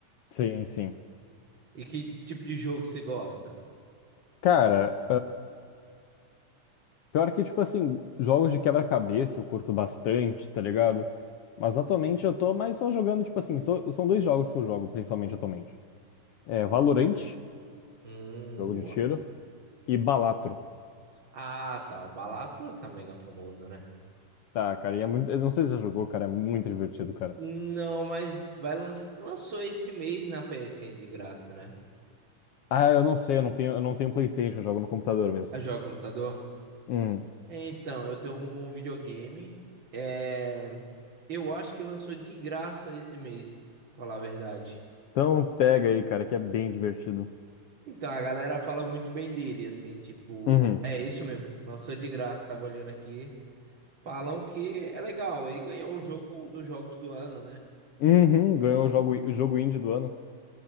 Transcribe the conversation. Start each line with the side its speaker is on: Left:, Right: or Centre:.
Left: Sim, sim.
Right: E que tipo de jogo você gosta?
Left: Cara, Pior que, tipo assim, jogos de quebra-cabeça eu curto bastante, tá ligado? Mas atualmente eu tô mais só jogando, tipo assim, só- são dois jogos que eu jogo principalmente atualmente. É Valorant,
Right: Hum,
Left: jogo
Right: boa.
Left: de tiro, e Balatro.
Right: Ah, tá. O Balatro tá mega famoso, né?
Left: Tá, cara, e é muito, eu não sei se já jogou, cara, é muito divertido, cara.
Right: Não, mas vai lan... lançou esse mês na PSN de graça, né?
Left: Ah, eu não sei, eu não tenho, eu não tenho PlayStation, eu jogo no computador mesmo.
Right: A joga computador?
Left: Uhum.
Right: Então, eu tenho um videogame. É... Eu acho que lançou de graça esse mês, pra falar a verdade.
Left: Então pega aí, cara, que é bem divertido.
Right: Então, a galera fala muito bem dele, assim, tipo,
Left: Uhum.
Right: é isso mesmo, lançou de graça, tava olhando aqui. Falam que é legal e ganhou o jogo um dos jogos do ano, né?
Left: Uhum, ganhou o jogo, o jogo indie do ano.